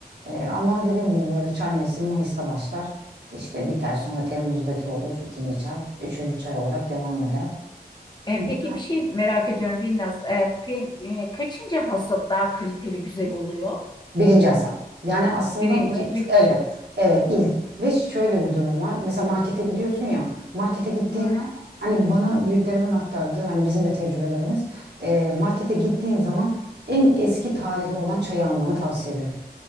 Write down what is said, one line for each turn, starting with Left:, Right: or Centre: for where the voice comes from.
Right: E, ama dediğim gibi böyle çay mevsimi Mayıs'ta başlar. İşte biter sonra Temmuz'daki olur ikinci çay. Üçüncü çay olarak devam eder.
Left: E,
Right: Güzel.
Left: peki bir şey merak ediyorum Birnaz. E, pe- e, kaçıncı hasat daha kaliteli güzel oluyor?
Right: Birinci hasat. Yani aslında
Left: Birinci,
Right: Mayıs
Left: ilk.
Right: evet evet ilk ve şöyle bir durum var. Mesela markete gidiyorsun ya markete gittiğin
Left: Hı hı,
Right: hani bana büyüklerimin aktardığı hani bizim de tecrübelerimiz e, markete gittiğin zaman en eski tarihli olan çayı almanı tavsiye ederim.